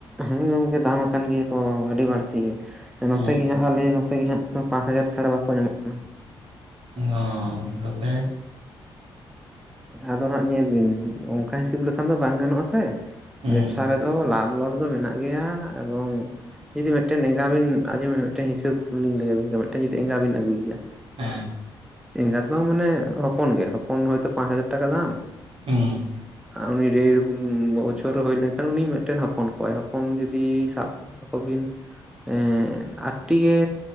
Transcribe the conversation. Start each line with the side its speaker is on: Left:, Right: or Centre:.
Centre: ᱦᱮᱸ ᱜᱚᱝᱠᱮ ᱫᱟᱢ ᱟᱠᱟᱱ ᱜᱮᱭᱟ ᱠᱚ ᱟᱹᱰᱤ ᱵᱟᱹᱲᱛᱤ ᱜᱮ ᱱᱚᱛᱮ
Right: ᱦᱮᱸ
Centre: ᱜᱮ ᱦᱟᱜ ᱟᱞᱮ ᱱᱚᱛᱮ ᱜᱮ ᱦᱟᱜ ᱯᱟᱸᱪ ᱦᱟᱡᱟᱨ ᱪᱷᱟᱲᱟ ᱵᱟᱠᱚ ᱧᱟᱢᱚᱜ ᱠᱟᱱᱟ᱾
Right: ᱚ ᱛᱚᱵᱮ
Centre: ᱟᱫᱚ ᱦᱟᱸᱜ ᱧᱮᱞ ᱵᱤᱱ ᱚᱱᱠᱟ ᱦᱤᱥᱟᱹᱵ ᱞᱮᱠᱷᱟᱱ ᱫᱚ ᱵᱟᱝ ᱜᱟᱱᱚᱜᱼᱟ ᱥᱮ᱾
Right: ᱦᱮᱸ
Centre: ᱵᱮᱵᱽᱥᱟ ᱨᱮᱫᱚ ᱞᱟᱵᱷ ᱞᱚᱥ ᱫᱚ ᱢᱮᱱᱟᱜ ᱜᱮᱭᱟ, ᱮᱵᱚᱝ ᱡᱩᱫᱤ ᱢᱤᱫᱴᱮᱱᱟᱝ ᱮᱸᱜᱟ ᱵᱤᱱᱸᱡᱚᱢ ᱢᱤᱫᱴ ᱦᱤᱥᱟᱹᱵ ᱞᱤᱧ ᱞᱟᱹᱭᱟᱵᱤᱱ ᱜᱮ ᱢᱩᱫᱴᱟᱝ ᱡᱩᱫᱤ ᱮᱸᱜᱟ ᱵᱤᱱ ᱟᱹᱜᱩᱭᱮᱭᱟ᱾
Right: ᱦᱮᱸ᱾
Centre: ᱮᱸᱜᱟᱛ ᱵᱟᱝ ᱢᱟᱱᱮ ᱦᱚᱯᱚᱱ ᱜᱮ ᱦᱚᱯᱚᱱ ᱦᱚᱭᱛᱳ ᱯᱟᱸᱪ ᱦᱟᱡᱟᱨ ᱴᱟᱠᱟ ᱫᱟᱢ᱾
Right: ᱦᱮᱸ᱾
Centre: ᱩᱱᱤ ᱰᱮᱲ ᱵᱚᱪᱷᱚᱨ ᱦᱩᱭ ᱞᱮᱱᱠᱷᱟᱱ ᱩᱱᱤ ᱢᱤᱫᱴᱮᱱ ᱦᱚᱯᱚᱱ ᱠᱚᱣᱟᱭ᱾ ᱦᱚᱯᱚᱱ ᱡᱩᱫᱤ ᱥᱟᱵ ᱟᱠᱚ ᱵᱤᱱ ᱮᱸ ᱟᱴᱴᱤ ᱜᱮ